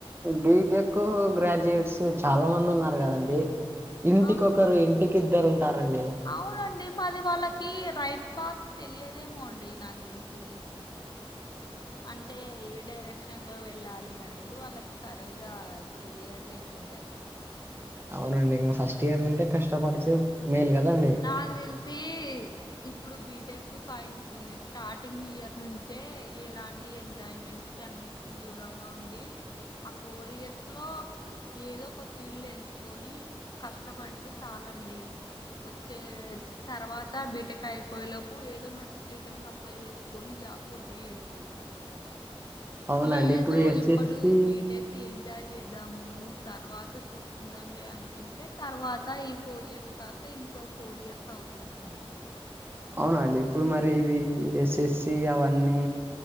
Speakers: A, on the right; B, on the left.
A: బిటెక్ గ్రాడ్యుయేట్స్ చాలా మంది ఉన్నారు కదండి ఇంటికోకరు
B: అవును
A: ఇంటికిద్దరు ఉంటారండి
B: అవునండి మరి వాళ్ళకి రైట్ పాత్ తెలియదేమో అండి నాకుతెల్ సి అంటే ఏ డైరెక్షన్ లో వెళ్ళాలి అని లేదు వాళ్ళకి సరిగా తెలియలేకేంటది
A: అవునండి ఇంగ ఫస్ట్ ఇయర్ నుంటే కష్టపడితేే మేల్ కదండి
B: నాకు తెలిసి ఇప్పుడు బీటెక్ ఫైన్ స్టార్టింగ్ ఇయర్ నుంచే ఇలాంటి ఎంజాయ్మెంట్స్ కన్నిటికీ దూరంగా ఉండి ఆ ఫోర్ ఇయర్స్ లో ఏదో ఒక ఫీల్డ్ ఎంచుకొని కష్టపడితే చాలండి వచ్చే తర్వాత బీటెక్ అయిపోయేలోపు ఏదన్నోట్ కేషన్ కప్లై చేసుకొని జాబ్ పుట్టేయొచ్చు
A: అవునండి
B: లేదు
A: ఇప్పుడు ఎస్ఎస్సి
B: ఇప్పడు బీటెక్ ఎంజాయ్ చేద్దాము తర్వాత చూసుకుందాంలే అనుకుంటే తర్వాత ఇప్ ఫోర్ ఇయర్స్ కాస్త ఇంకో ఫోర్ ఇయర్స్ అవుతుందండి
A: అవున అండి ఇప్పుడు మరి ఇవి ఎస్ఎస్సి అవన్నీ